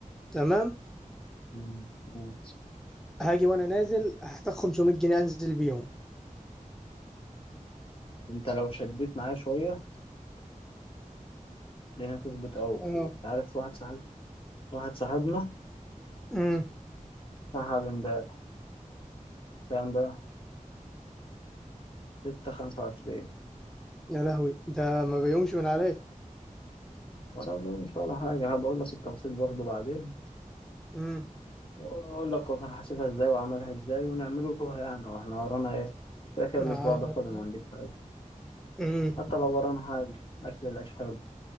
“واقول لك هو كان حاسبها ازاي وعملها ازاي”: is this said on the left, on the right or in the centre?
Left